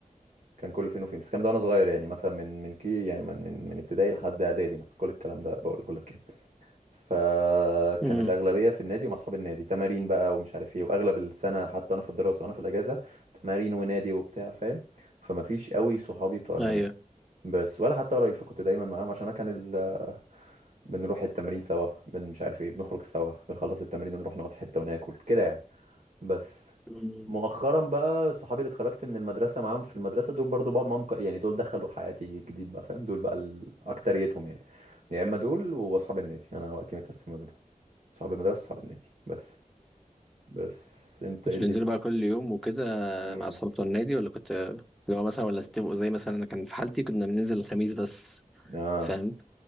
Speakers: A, on the right; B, in the centre.
A: كان كله فين وفين بس الكلام ده وانا صغير يعني مثلا من من كي يعني من من, من ابتدائي لحد اعدادي مثلا كل الكلام ده بقوله لك يعني فكان
B: امم
A: الاغلبيه في النادي ومع اصحاب النادي تمارين بقى ومش عارف ايه واغلب السنه حتى انا في الدراسه وانا في الاجازه تمارين ونادي وبتاع فاهم فما فيش قوي صحابي بتوع المدرسه
B: ايوه
A: بس ولا حتى قرايب فكنت دايما معاهم عشان انا كان ال... بنروح التمرين سوا بن مش عارف ايه بنخرج سوا بنخلص التمرين ونروح نقعد في حته وناكل كده يعني بس
B: مم.
A: مؤخرا بقى صحابي اللي اتخرجت من المدرسة معاهم في المدرسة دول برضو بقعد معاهم ك- يعني دول دخلوا حياتي جديد بقى فاهم دول بقى ال- أكتريتهم يعني يا إما دول وأصحاب النادي أنا وقتي متقسم ما بينهم صحاب المدرسة وصحاب النادي بس بس أنت
B: كنت
A: إيه الدنيا؟
B: بتنزلوا بقى كل يوم وكده
A: امم
B: مع اصحاب بتوع النادي ولا كنت لو مثلا ولا تتفقوا زي مثلا انا كان في حالتي كنا بننزل الخميس بس
A: آه
B: فاهم